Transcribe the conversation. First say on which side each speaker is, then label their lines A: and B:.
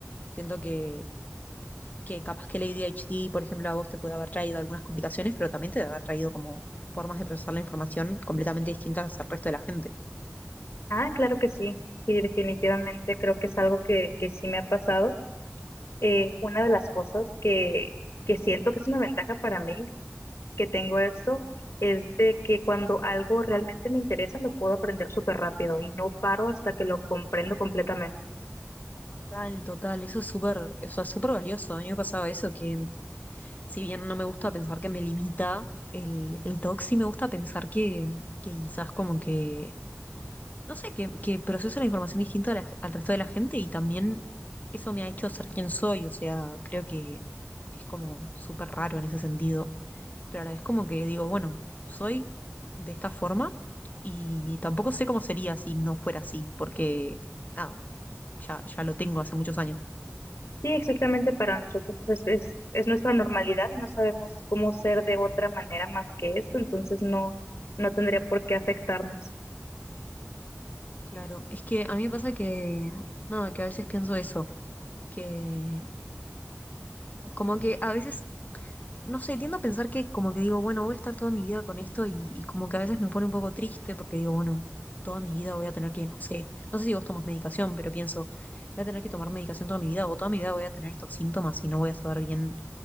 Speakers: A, on the left (about 35°); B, on the left (about 75°).
A: Siento que, que capaz que el ADHD, por ejemplo, a vos te puede haber traído algunas complicaciones, pero también te debe haber traído como formas de procesar la información completamente distintas al resto de la gente.
B: Ah, claro que sí, sí, definitivamente creo que es algo que, que sí me ha pasado. Eh, una de las cosas que, que siento que es una ventaja para mí que tengo esto es de que cuando algo realmente me interesa lo puedo aprender súper rápido y no paro hasta que lo comprendo completamente.
A: Total, total, eso es súper, eso es súper valioso. A mí me pasaba eso, que si bien no me gusta pensar que me limita el, el TOC, sí me gusta pensar que, que quizás como que no sé, que, que proceso la información distinto a la- al resto de la gente y también eso me ha hecho ser quien soy, o sea, creo que es como súper raro en ese sentido, pero a la vez como que digo, bueno, soy de esta forma y tampoco sé cómo sería si no fuera así, porque nada, ya, ya lo tengo hace muchos años.
B: Sí, exactamente para nosotros es, es, es nuestra normalidad y no sabemos cómo ser de otra manera más que esto, entonces no, no tendría por qué afectarnos.
A: Claro, es que a mí me pasa que, nada, que a veces pienso eso, que como que a veces No sé, tiendo a pensar que como que digo, bueno, voy a estar toda mi vida con esto y, y como que a veces me pone un poco triste porque digo, bueno, toda mi vida voy a tener que, no sé, no sé si vos tomas medicación, pero pienso, voy a tener que tomar medicación toda mi vida o toda mi vida voy a tener estos síntomas y no voy a saber bien